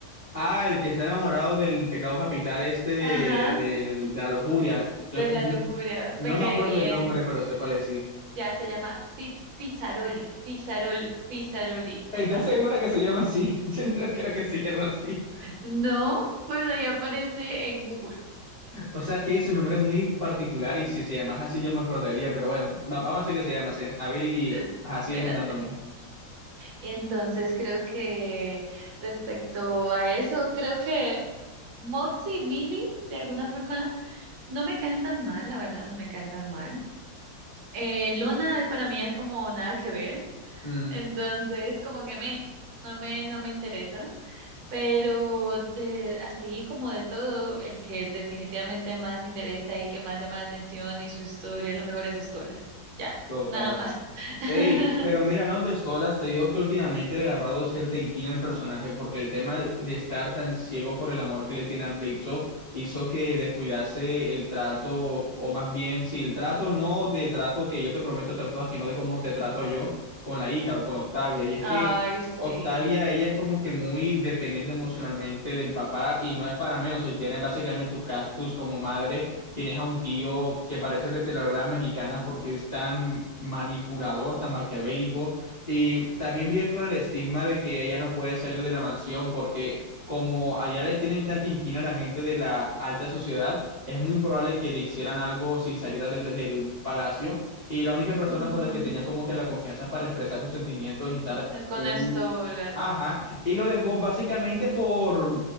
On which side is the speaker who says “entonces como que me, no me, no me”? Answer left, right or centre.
Right